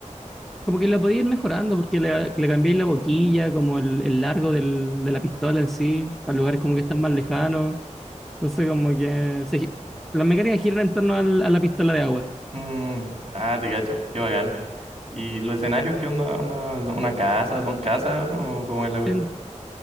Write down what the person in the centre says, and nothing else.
Como que la podía ir mejorando porque le, le cambiáis la boquilla, como el, el largo del- de la pistola en sí, para lugares como que están más lejanos. Entonces, como que se las mecánicas giran en torno al- a la pistola de agua.
En-